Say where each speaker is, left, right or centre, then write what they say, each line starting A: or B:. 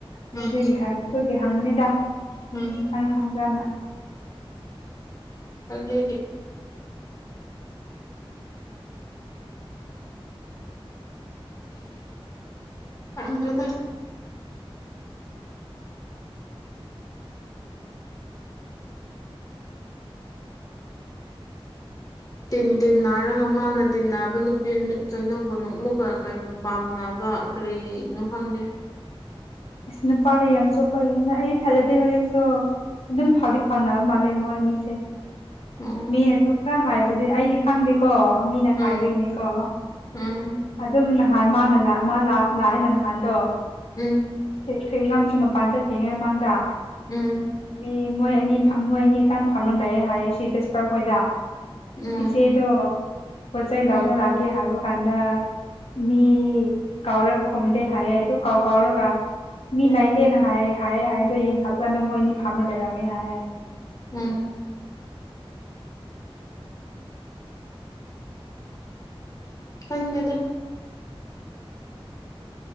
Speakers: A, on the left (about 35°); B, on the left (about 80°).
A: ꯎꯝ
B: ꯑꯗꯨꯒꯤ ꯑꯗꯨꯒꯤ ꯍꯪꯕꯅꯤꯗ
A: ꯎꯝ
B: ꯅꯪ ꯈꯟꯖꯅ
A: ꯍꯖꯤ ꯀꯗ꯭ꯔꯗ ꯇꯤꯟ ꯇꯤꯟ ꯅꯥꯔꯒ ꯃꯥꯅ ꯇꯤ ꯅꯥꯕ ꯅꯨꯄꯤ ꯀꯩꯅꯧꯕ ꯅꯣꯛꯃꯨꯛꯀ ꯀꯔꯤ ꯄꯥꯝꯅꯕ ꯀꯔꯤꯅꯣ ꯈꯪꯗꯦ
B: ꯑꯁ ꯅꯨꯄꯥꯗ ꯌꯥꯝ ꯆꯨꯞꯄꯒꯦꯅ ꯑꯩ ꯊꯥꯖꯗꯦ ꯍꯧꯖꯤꯛꯁꯨ ꯑꯗꯨꯝ ꯐꯥꯎꯗꯤ ꯐꯥꯎꯅꯕ ꯃꯥꯜꯂꯦ ꯃꯣꯏ ꯑꯅꯤꯁꯦ
A: ꯎꯝ
B: ꯃꯤꯅꯁꯨ ꯈꯔ ꯍꯥꯏꯕꯗꯤ ꯑꯩꯗꯤ ꯈꯪꯗꯦꯀꯣ ꯃꯤꯅ
A: ꯎꯝ
B: ꯈꯥꯏꯕꯒꯤꯅꯦꯀꯣ
A: ꯎꯝ
B: ꯑꯗꯨꯝ ꯅꯍꯥꯟ ꯃꯥꯅ ꯃꯥ ꯂꯥꯛꯑꯦꯅ ꯅꯍꯥꯟꯗꯣ
A: ꯎꯝ
B: ꯐꯦꯡ ꯉꯝ ꯆ ꯃꯄꯥꯟꯗ ꯦꯡꯉꯩ ꯃꯥꯡꯗ
A: ꯎꯝ
B: ꯑꯦ ꯃꯣꯏ ꯑꯅꯤ ꯃꯣꯏ ꯑꯅꯤ ꯍꯦꯛꯇꯥꯡ ꯐꯥꯝꯅ ꯂꯩꯦ ꯍꯥꯏ ꯁꯤ ꯖꯁꯄꯔ ꯍꯣꯏꯗ
A: ꯎꯝ
B: ꯄꯆꯦꯗ ꯄꯣꯠ ꯆꯩ
A: ꯎꯝ
B: ꯂꯧꯕ ꯂꯥꯛꯀꯦ ꯍꯥꯏꯕ ꯀꯥꯟꯗ ꯃꯤ ꯀꯥꯎꯔꯔ ꯈꯣꯝꯗꯦ ꯍꯥꯏꯌꯦꯦ ꯑꯗꯨ ꯀꯥꯎ ꯀꯥꯎꯔꯒ ꯃꯤ
A: ꯎꯝ
B: ꯂꯩꯇꯦꯅ ꯍꯥꯏ ꯍꯥꯏꯦ ꯍꯥꯏ ꯑꯗꯣ ꯌꯦꯡ ꯈꯥꯛꯄ ꯀꯥꯟꯗ ꯃꯣꯏꯅꯤ ꯊꯝ ꯂꯩꯦ ꯍꯥꯏ
A: ꯎꯝ ꯍꯖꯗ